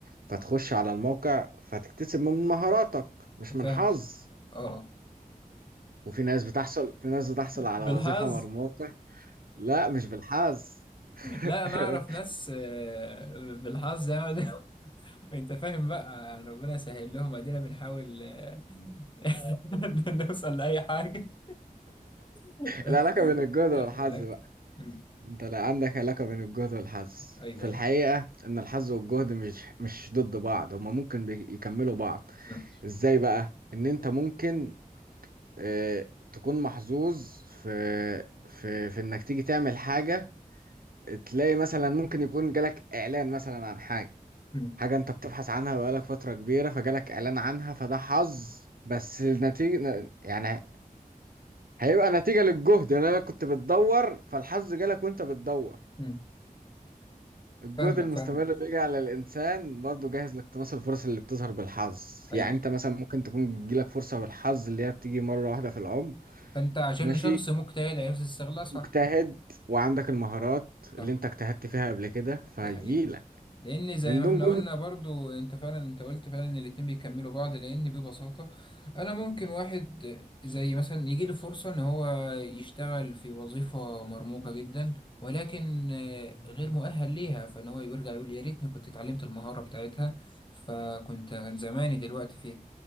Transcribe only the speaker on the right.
فتخش على الموقع فتكتسب من مهاراتك مش من
حظ
وفي ناس بتحصل في ناس بتحصل على
وظيفة من الموقع لا مش بالحظ <laughs>
العلاقة بين الجهد والحظ
انت لا عندك علاقة بين الجهد والحظ
في
الحقيقة ان الحظ والجهد مش مش ضد بعض هما ممكن بي- يكملوا بعض
ازاي بقى ان انت ممكن اه تكون محظوظ في في في انك تيجي تعمل حاجة تلاقي مثلا ممكن يكون جالك اعلان مثلا عن حاجة
حاجة انت بتبحث عنها بقالك فترة كبيرة فجالك اعلان عنها فده حظ بس النتيجة يعني هيبقى نتيجة للجهد ان انا كنت بتدور فالحظ جالك وانت بتدور
الجهد
المستمر
بيجي على الإنسان برضه جاهز لاقتناص الفرص اللي بتظهر بالحظ
يعني أنت مثلا ممكن تكون تجيلك فرصة بالحظ اللي هي بتيجي مرة واحدة في العمر
ماشي
مجتهد وعندك المهارات اللي
أنت اجتهدت فيها قبل كده فهيجيلك
من
دون
جهد